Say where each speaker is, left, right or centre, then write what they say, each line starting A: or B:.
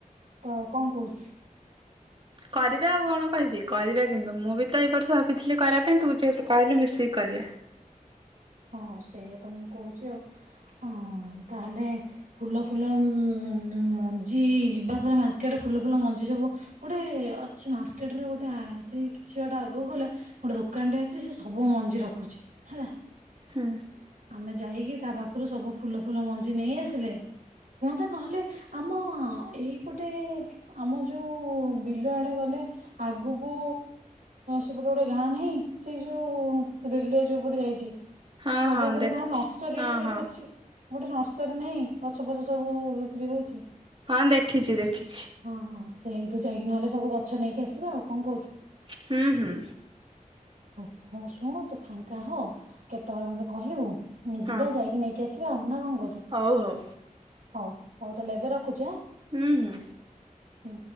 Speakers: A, on the right (about 80°); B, on the right (about 40°).
A: ତ କଣ କହୁଛୁ।
B: କରିବା ଆଉ କଣ କହିବି କରିବା କିନ୍ତୁ ମୁଁ ବି ତ ଏ ବର୍ଷ ଭାବିଥିଲି କରିବା ପାଇଁ ତୁ ଯେହେତୁ କହିଲୁ ମିଶିକି କରିବା।
A: ହଁ ସେଇଆା ତ ମୁଁ କହୁଛି ଆଉ ହଁ ତାହେଲେ ଫୁଲ ଫୁଲ ମଞ୍ଜି ଯିବା ଥରେ ମାର୍କେଟରେ ଫୁଲ ଫୁଲ ମଞ୍ଜି ସବୁ ଗୋଟେ ଅଛି ମାର୍କେଟରେ ଗୋଟେ ସେ କିଛି ଗୋଟେ ଆଗକୁ ଗଲେ ଗୋଟେ ଦୋକାନଟେ ଅଛି ସେ ସବୁ ମଞ୍ଜି ରଖୁଛି ହେଲା।
B: ହଁ
A: ଆମେ ଯାଇକି ତା ପାଖରୁ ସବୁ ଫୁଲ ଫୁଲ ମଞ୍ଜି ନେଇ ଆସିଲେ ହୁଅନ୍ତା ନହେଲେ ଆମ ଏଇପଟେ ଆମ ଯୋଉ ବିଲ ଆଡେ ଗଲେ ଆଗକୁ ସେପଟେ ଗୋଟେ ଗାଁ ନାହିଁ ସେଇ ଯୋଉ ରେଲୱ ଯୋଉ ପଟେ ଯାଇଛି
B: ହଁ
A: ଆଗକୁ
B: ହଁ
A: ଗୋଟେ
B: ଦେଖିଛି
A: ଗାଁ ନର୍ସରୀ
B: ହଁ
A: ଟା ସେଇଠି
B: ହଁ।
A: ଅଛି। ଗୋଟେ ନର୍ସରୀ ନାହିଁ। ଗଛ ଫଛ ସବୁ ବିକ୍ରି ହଉଛି
B: ହଁ ଦେଖିଛି ଦେଖିଛି
A: ହଁ ହଁ ସେଇଠୁ ଯାଇକି ନହେଲେ ସବୁ ଗଛ ନେଇକି ଆସିବା ଆଉ କଣ କହୁଛୁ?
B: ହୁଁ ହୁଁ
A: ହଁ ଶୁଣ ତୁ ଫାଙ୍କା ହଁ କେତେବେଳେ ମୋତେ କହିବୁ? ଯିବା
B: ହଁ
A: ଯାଇକି ନେଇକି ଆସି ଯିବା ନା କଣ <unintelligible>
B: ହଉ ହଉ
A: ହଉ ହଉ ତାହଲେ ଏବେ ରଖୁଛି ଆଁ-
B: ହୁଁ ହୁଁ
A: ହ